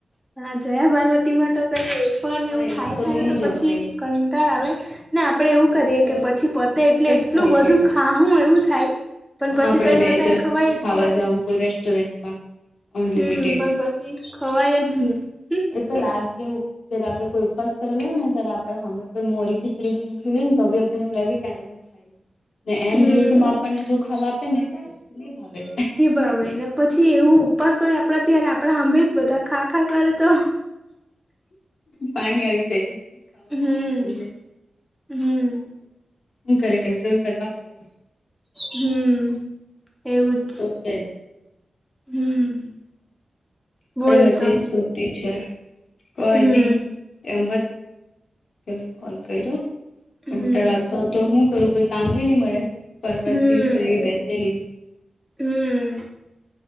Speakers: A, in the centre; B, on the left.
A: પણ આ જયા પારવતીમાં તો કઈ ની. વેફરને
B: હા
A: એવું
B: એમાં
A: ખાય કાઢે
B: નહી
A: ને તો
B: જમાય
A: પછી કંટાળ આવે ને આપડે એવું
B: એમાં
A: કરીએે
B: તો
A: કે પછી પતે
B: ફ્રૂટ
A: એટલે એટલું
B: જ ખાવું
A: બધું
B: પડે
A: ખાહુ એવું થાય. પણ
B: હા
A: પછી
B: આપડે
A: કઈ
B: બે
A: વધારે
B: જણ
A: ખવાય
B: કશે ખાવા
A: જ
B: જાહુ કોઈ રેસ્ટોરન્ટમાં. અનલિમિટેડ
A: હમ પણ પછી ખવાય જ નહી
B: એતો લાગે એવું જયારે આપડે કોઈ ઉપવાસ કરેલો હોય ને ત્યારે પણ હમે કોઈ મોરી ખિચડી ભી મુકેલીને તો બી આપડને એવું લાગે કે આને શું ખાઈ ને એમ
A: હમ
B: દિવસોમાં આપણને જો ખાવા આપે ને તો ની ભાવે
A: ની આવે ને પછી એવું ઉપવાસ હોય આપડા ત્યારે આપડા સાભે બધા ખા ખા કરે તો
B: પાણી આવી જાય.
A: હમ હમ
B: હુ કરે કંટ્રોલ કરવા પડે
A: હમ એવુંજ.
B: એ તો છે જ
A: હમ. બોલતો
B: અ જ સુતી છે કોઈ
A: હમ
B: નઈ એમજ ને કોલ કર્યો
A: હમ
B: કટળો આવતો હતો હું કરું કોઈ કામ બી નહી મળે. પર્વ
A: હમ
B: થી બેસેલી.
A: હમ